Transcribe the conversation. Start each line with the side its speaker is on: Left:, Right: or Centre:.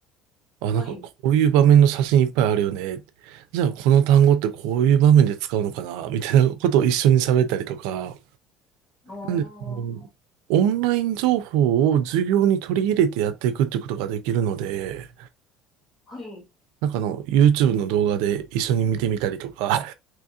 Right: あ、
Left: はい、
Right: なんかこういう場面の写真いっぱいあるよね。じゃあこの単語ってこういう場面で使うのかなみたいなことを一緒に喋ったりとか、
Left: ああ、は
Right: でもうオンライン情報を授業に取り入れてやっていくってことができるので、
Left: い、う
Right: なんかあの、YouTube の動画で一緒に見てみたりとか、